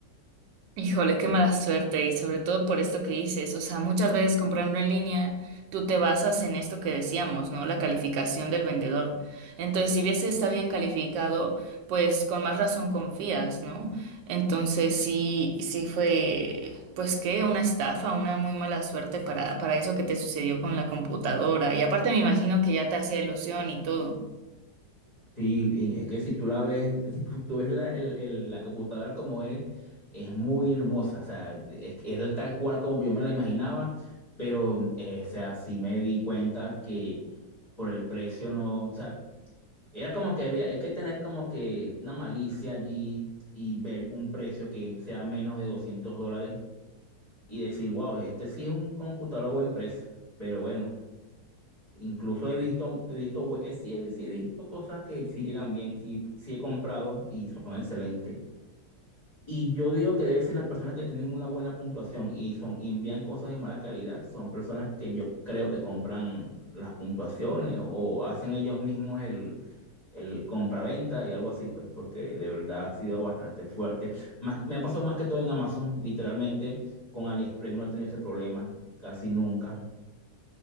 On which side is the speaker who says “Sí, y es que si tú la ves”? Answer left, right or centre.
Left